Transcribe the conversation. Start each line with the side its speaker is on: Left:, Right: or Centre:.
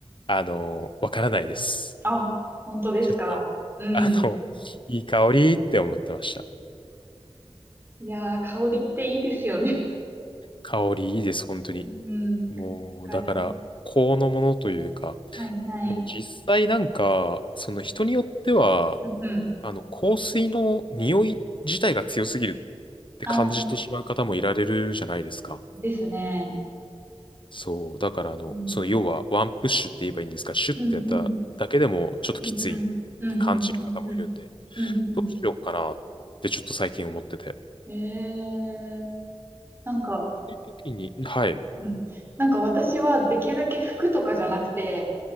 Left: あのわからないです。
Right: あ、本当ですか。
Left: ちょっと、
Right: うん。
Left: あの、いい香りって思ってました。
Right: いやー、香りっていいですよね。
Left: 香りいいです、本当に。
Right: うん。
Left: もう、
Right: わかります
Left: だから、このものというか、
Right: はいはい。
Left: でも実際なんか、その人によっては、
Right: うんうん。
Left: あの、香水の匂い自体が強すぎるって感じてしまう方もいられるじゃないですか。
Right: あ、ですね。
Left: そう。だから、あの、
Right: うん。
Left: その要はワンプッシュって言えばいいんですか、シュッてやっただけでもちょっときついって感じる方もいるんで、
Right: うんうん。うんうん。うんうんうんうん。うんう
Left: どうしようかなってちょっと最近思ってて。そ
Right: ん。えー、なんか、
Left: ういう時に、はい。
Right: うん。なんか私はできるだけ服とかじゃなくて、